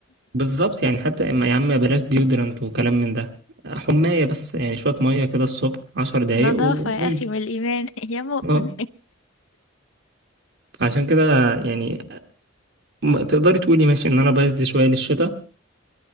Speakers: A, on the right; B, on the left.
A: بالظبط يعني حتى اما يا عم بلاش ديودرنت وكلام من ده حماية بس يعني شوية مية كده الصبح عشر دقايق
B: نظافة
A: وبنزل
B: يا أخي من الإيمان <laughs> يا مؤمن
A: اه فعشان كده يعني م- تقدري تقولي ماشي ان انا بايظ شوية للشتاء